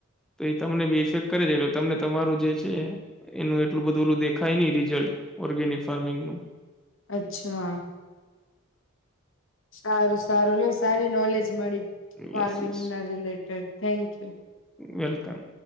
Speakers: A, in the centre; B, on the left (about 60°).
A: તો એ તમને બી ઇફેક્ટ કરે છે, એટલે તમને તમારું જે છે. એનું એટલું બધું ઓલું દેખાય નઈ રિઝલ્ટ ઓર્ગેનિક ફાર્મિંગનું
B: અચ્છા. સારું સારું લે સારી નોલેજ મળી ફાર્મિંગના
A: યસ યસ
B: રિલેટેડ થેન્ક યુ
A: વેલકમ.